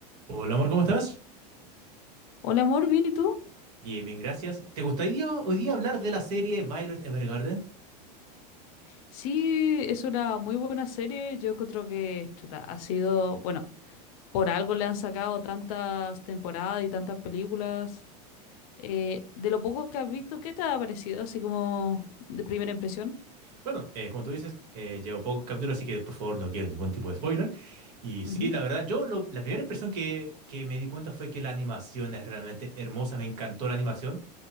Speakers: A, on the right; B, on the left.
A: Hola amor, ¿cómo estás?
B: Hola amor, ¿bien y tú?
A: Bien, bien, gracias. ¿Te gustaría hoy día hablar de la serie Violet Evergarden?
B: Sí, es una muy buena serie. Yo encuentro que, chuta, ha sido, bueno, por algo le han sacado tantas temporadas y tantas películas. Eh, de lo poco que has visto, ¿qué te ha parecido? Así como de primera impresión.
A: Bueno, eh, como tú dices, eh, llevo pocos capítulos, así que por favor no quiero ningún tipo de spoiler. Y sí,
B: Ujú.
A: la verdad, yo lo- la primera impresión que, que me di cuenta fue que la animación es realmente hermosa, me encantó la animación,